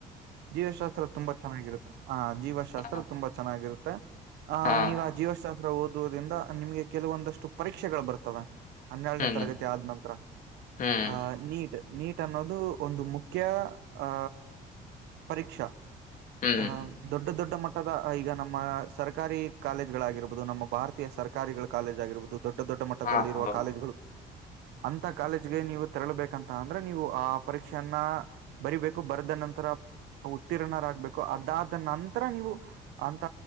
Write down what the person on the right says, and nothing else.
ಜೀವಶಾಸ್ತ್ರ ತುಂಬಾ ಚೆನ್ನಾಗಿರುತ್ತ ಹ ಜೀವಶಾಸ್ತ್ರ
ತುಂಬಾ ಚೆನ್ನಾಗಿರು ಮತ್ತ ಆ
ನೀವು ಆ ಜೀವಶಾಸ್ತ್ರ ಓದುವುದಿಂದ ನಿಮ್ಗೆ ಕೆಲವೊಂದಷ್ಟು ಪರೀಕ್ಷೆಗಳು ಬರ್ತವೆ. ಹನ್ನೆರಡನೇ
ತರಗತಿ ಆದ ನಂತರ
ಅ ನೀಟ್. ನೀಟ್ ಅನ್ನೋದು ಒಂದು ಮುಖ್ಯ ಅ ಪರೀಕ್ಷಾ.
ಹ ದೊಡ್ಡ ದೊಡ್ಡ ದೊಡ್ಡ ಮಟ್ಟದ ಈಗ ನಮ್ಮ ಸರ್ಕಾರಿ ಕಾಲೇಜ್ಗಳಗಿರ್ಬಹುದು ನಮ್ಮ ಭಾರತೀಯ ಸರ್ಕಾರಿಗಳ ಕಾಲೇಜ್ ಆಗಿರ್ಬಹುದು. ದೊಡ್ಡ ದೊಡ್ಡ ಮಟ್ಟದಲ್ಲಿರುವ
ಕಾಲೇಜ್ಗಳು. ಅಂತ ಕಾಲೇಜ್ಗೆ ನೀವು ತೆರಳಬೇಕಂತ ಅಂದ್ರೆ ನೀವು ಆ ಪರೀಕ್ಷೆಯನ್ನ. ಬರಿಬೇಕು ಬರ್ದ ನಂತರ. ಉತ್ತೀರ್ಣರಾಗ್ಬೇಕು ಅದಾದ ನಂತರ ನೀವು ಅಂತ